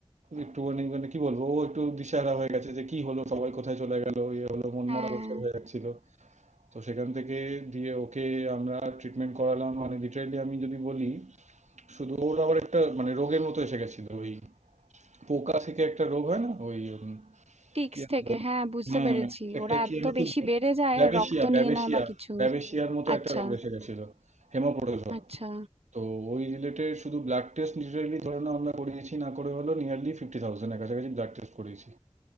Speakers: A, on the right (about 80°); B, on the right (about 60°).
A: একটুখানি মানে কি বলবো ও একটু দিশাহারা হয়ে গেছে যে কি হলো সবাই কোথায় চলে গেল ইয়ে হলো মনমরা
B: হ্যাঁ
A: ব্যাপার হয়ে যাচ্ছিল তো সেখান থেকে দিয়ে ওকে আমরা ট্রিটমেন্ট করালাম মানে লিটারেলি আমি যদি বলি শুধু ওর আবার একটা মানে রোগের মতো এসে গেছিল ওই পোকা থেকে একটা রোগ হয় না ওই উম,
B: টিক্স
A: কি যেন
B: থেকে
A: বলে
B: হ্যাঁ বুঝতে
A: হ্যাঁ
B: পেরেছি
A: একটা
B: ওরা
A: কি
B: এত
A: যেন খুব
B: বেশি বেড়ে যায়
A: ব্যাবেশিয়া
B: রক্ত নিয়ে
A: ব্যাবেশিয়া
B: নেয় বা কিছু
A: ব্যাবেশিয়ার মতো
B: আচ্ছা
A: একটা রোগ এসে গেছিল হেমোপ্রোটোজোয়া
B: আচ্ছা
A: তো ওই রিলেটেড শুধু ব্লাড টেস্ট লিটারেলি ধরে নাও আমরা করিয়েছি না করে হলো নিয়ারলি ফিফটি থাউজেন্ডের কাছাকাছি ব্লাড টেস্ট করিয়েছি